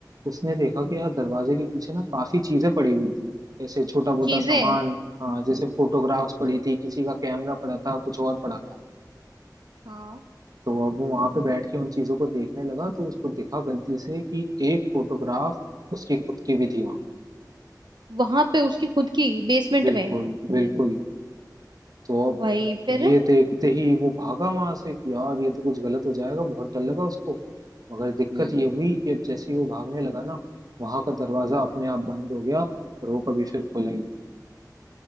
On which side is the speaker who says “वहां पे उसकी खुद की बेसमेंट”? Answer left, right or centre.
Right